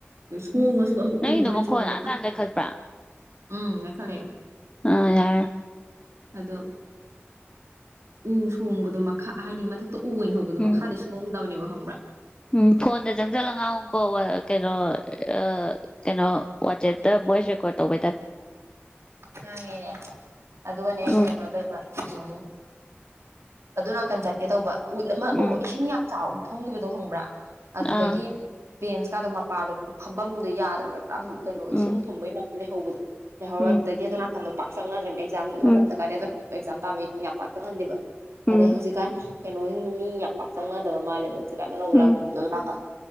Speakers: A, on the right (about 80°); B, on the left (about 20°).
A: ꯑꯗꯨ ꯁꯣꯡꯉꯁꯨ
B: ꯎꯝ
A: ꯑꯃ
B: ꯅꯪꯒꯤꯗꯣ
A: ꯎꯗ ꯑꯣꯏꯅ
B: ꯃꯈꯣꯟ
A: ꯁꯣꯡꯉ ꯃꯈꯜ
B: ꯑꯥ ꯇꯥꯅ ꯂꯩꯈꯠꯄ꯭ꯔꯥ
A: ꯎꯝ ꯅ ꯈꯜꯂꯦ
B: ꯑꯥ ꯌꯥꯔꯦ
A: ꯑꯗꯣ ꯎ ꯁꯣꯡꯕꯗꯣ ꯃꯈꯥ ꯍꯥꯏꯗꯤ ꯃꯊꯛ ꯇ ꯎ ꯑꯣꯏꯣꯏꯅ ꯍꯧꯕꯗꯣ
B: ꯎꯝ
A: ꯃꯈꯥꯗꯤ ꯁꯨꯍꯧꯗꯕꯅꯦꯕꯣ <inaudible>
B: ꯎꯝ ꯐꯣꯟꯗ ꯆꯪꯁꯜꯂ ꯉꯥꯡꯨꯀꯣ ꯀꯩꯅꯣ ꯑ ꯀꯩꯅꯣ ꯋꯥꯆꯦꯞ ꯇꯣꯁꯔꯀꯣ ꯇꯧꯕ
A: ꯅꯦꯅꯦ ꯑꯗꯨꯗꯨꯒꯅꯦ ꯍꯛꯇꯦꯅꯣ
B: ꯎꯝ
A: ꯃꯥ ꯎꯝ ꯑꯗꯨ ꯅꯥꯀꯟ ꯆꯠꯀꯦ ꯇꯧꯕ ꯎꯠ ꯑꯃ
B: ꯎꯝ
A: ꯑꯣ ꯏꯁꯤꯡ ꯌꯥꯝ ꯆꯥꯎ ꯊꯣꯡꯈꯤꯕꯗꯣ ꯍꯪꯕ꯭ꯔꯥ ꯑꯗꯨꯗꯒꯤ
B: ꯑꯥ
A: ꯕꯦꯟꯁꯀꯥꯟꯗ ꯃꯄꯥꯗꯣ ꯐꯝꯐꯝꯗꯨꯣ ꯌꯥꯗ꯭ꯔꯕꯃꯦꯕ ꯌꯥꯝ ꯀꯩꯅꯣ
B: ꯎꯝ
A: ꯏꯁꯤꯡ ꯊꯨꯝꯕꯩ ꯃꯅꯦ ꯍꯣ ꯍꯔ
B: ꯎꯝ
A: ꯑꯗꯨꯅꯅꯥ ꯄꯥꯛ ꯁꯪ ꯑꯗꯨ꯭ꯔꯅꯦ ꯑꯦꯛꯖꯥꯝ
B: ꯎꯝ
A: ꯃꯇꯝꯗ ꯀꯥꯔꯦ ꯑꯗꯨ ꯑꯦꯛꯖꯥꯝ ꯇꯥꯕꯩ ꯌꯥꯝ ꯄꯥꯛꯊꯣꯛꯍꯟꯗꯦꯕ
B: ꯎꯝ
A: ꯑꯗꯦ ꯍꯨꯖꯤ ꯀꯥꯟ ꯀꯩꯅꯣꯁꯤꯗꯨ ꯃꯤ ꯌꯥꯝ ꯄꯄꯥꯛ ꯆꯪꯅꯗꯕ ꯃꯥꯜꯂꯦꯕꯣ ꯀꯩꯅꯅ ꯅꯧ
B: ꯎꯝ
A: ꯂꯥꯛꯅꯥ